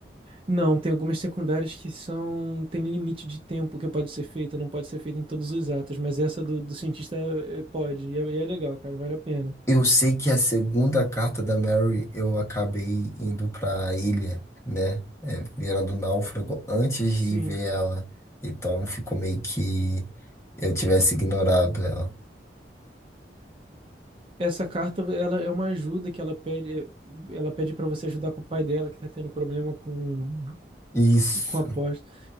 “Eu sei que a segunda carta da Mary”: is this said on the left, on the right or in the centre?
Left